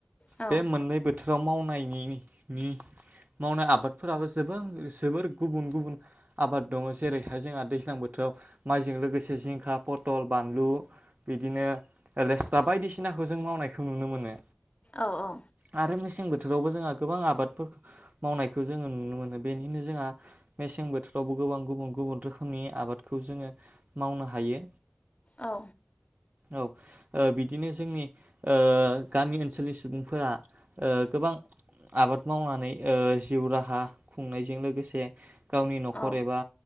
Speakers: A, on the left; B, on the right.
A: औ
B: बे मोननै बोथोराव माव। नायनि मावनाय आबादफोराबो जां जोबोर गुबुन-गुबुन आबाद दंङ जेरैहाय जोंहा दैज्लां बोथोराव। माइजों लोगोसे जिंखा पथल बानलु बिदिनो रेस्रा बायदिसिनाखौ जों मावनायखौ नुनो मोनो।
A: औ-औ
B: आरो मेसें बोथोरावबो जोंहा गोबां आबादफोरखौ मावनायखौ जोंङो नुनो मोनो बेनिनो जोंहा मेसें बोथोरावबो गोबां गुबुन-गुबुन रोखोमनि आबादखौ जोंङो। मावनो हायो।
A: औ
B: औ ओ बिदिनो जोंनि ओ गामि ओनसोलनि सुबुंफोरा ओ गोबां आबाद मावनानै ओ जिउ राहा खुंनायजों लोगोसे। गावनि नखर
A: औ
B: एबा